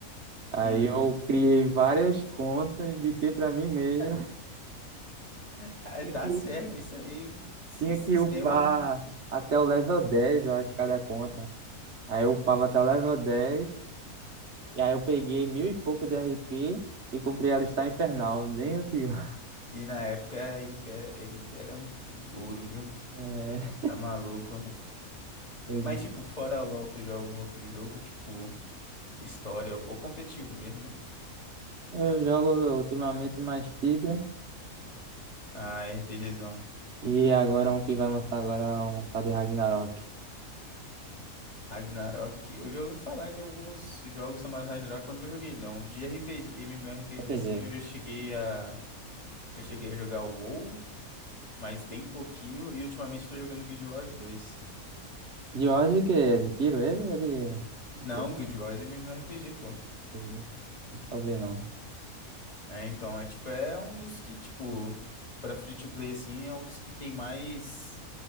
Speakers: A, on the right; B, on the left.
A: Aí
B: Uhum.
A: eu criei várias contas, indiquei para mim mesmo.
B: <laughs>
A: <laughs>
B: Aí
A: Tinha
B: tá
A: que,
B: certo,
A: u-
B: é isso aí, o si-
A: tinha
B: sistema.
A: que upar até o level 10, eu acho, cada conta. Aí eu upava até o level 10 e aí eu peguei mil e pouco de RP e comprei a listar infernal, bem antiga. <laughs>
B: E na época a RP, era- R p era ouro, viu?
A: É,
B: Tá maluco.
A: eu
B: Mas, tipo, fora LOL, tu joga algum outro jogo, tipo, história ou competitivo mesmo, né?
A: eu jogo ultimamente mais Tibia,
B: Ah, RPGzão.
A: e agora um que vai lançar agora é um tal de Ragnarok.
B: Ragnarok. Eu já ouvi falar de alguns jogos chamados Ragnarok, mas nunca joguei, não. De RPG, MMORPG,
A: RPG.
B: assim, eu já cheguei a... Eu cheguei a jogar o WoW, mas bem pouquinho, e ultimamente tô jogando Guild Wars dois.
A: De ordem que é de tiro ele? É de... de
B: Não,
A: quê?
B: Guild Wars é MMORPG, pô.
A: RPG? Nunca ouvi não.
B: É, então, é tipo, é um dos que, tipo, pra free to play assim, é um dos que tem mais